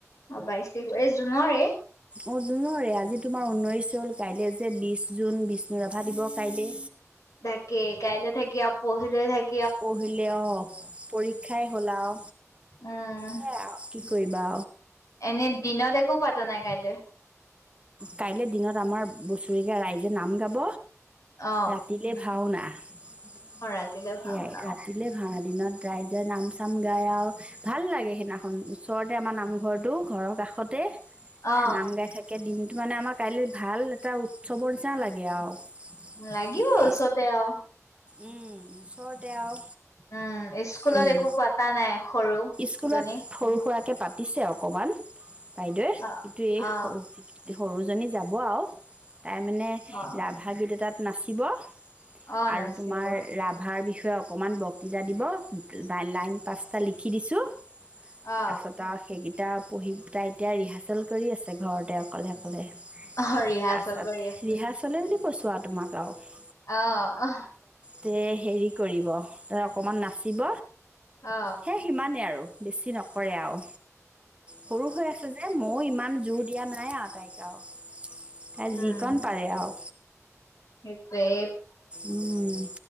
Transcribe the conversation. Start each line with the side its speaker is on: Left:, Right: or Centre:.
Left: অ' বাই এ জুনৰ
Right: অ জ নৰে আজি তোমাৰ ঊনৈছ হ'ল কাইলৈ যে বিশ জুন বিষ্ণু ৰাভা দৱস কাইলৈ
Left: থাকে কাইলৈ থাকি আৰু পঢ়িলৈ থাকে।
Right: পঢ়িলে অ পৰীক্ষাই হোলাও
Left: উম
Right: হে কি শবা
Left: এনে দিনত একো পাত নাই কাইলৈ
Right: কাইলৈ দিনত আমাৰ বছৰেকীয়া ৰাইজে নাম গাব
Left: অ
Right: ৰাতিলে ভাওনা <unintelligible>
Left: ৰাতিলৈ
Right: সেয়াই
Left: খাওঁ ন
Right: ৰাতিলে ভা় দিনত ৰাইজে নাম চাম গাই আৰু ভাল লাগে সেইদিনাখন ওচৰতে আমাৰ নামঘৰটো ঘৰৰ কাষতে।
Left: অ
Right: নাম গাই থাকে কিন্তু মানে আমাৰ কাইলৈ ভাল এটা উৎসৱৰ নিচিনা লাগে আৰু
Left: লাগিব
Right: সেইটোৱে
Left: ওচৰতে আও।
Right: উম ওচৰতে‌ আও,
Left: উম স্কুলত
Right: উম,
Left: একো পতা নাই সৰু
Right: স্কুলত
Left: জনী
Right: সৰু-সুৰাকে পাতে দিছে অকণমান। বাইদেউে
Left: অ
Right: এইটো এই
Left: অ
Right: সৰু জনী যাব আও তাই মানে
Left: অ
Right: ৰাভা গীত এটাত নাচিব।
Left: অ
Right: আৰু
Left: নাচিব
Right: তোমাৰ ৰাভাৰ বিষয়ে অকণমান বক্তৃতা দিব লাইন পাচটা লিখি দিছোঁ।
Left: অ
Right: তাৰপাছত আৰু সেইকেইটা পঢ়ি তাই এতিয়া ৰিহাৰ্চেল কৰি আছে ঘৰত। তেওঁ অক'লে অক'লে
Left: অ ৰিহাৰ্চেল
Right: তাৰ পিছত
Left: কৰি আছে
Right: ৰিহাৰ্চলে বুলি কৈছো আৰু তোমাক আৰু।
Left: অ অহ
Right: তে হেৰি কৰিব অকণমান নাচিব।
Left: অ
Right: সে সিমানেই আৰু। বেছি নকৰে আৰু সৰু হৈ আছে যে ময়ো ইমান জোৰ দিয়া নাই। আটাইকে আৰু। তাই
Left: উম
Right: যিকণ পাৰে আৰু
Left: সেইটোৱে
Right: উম।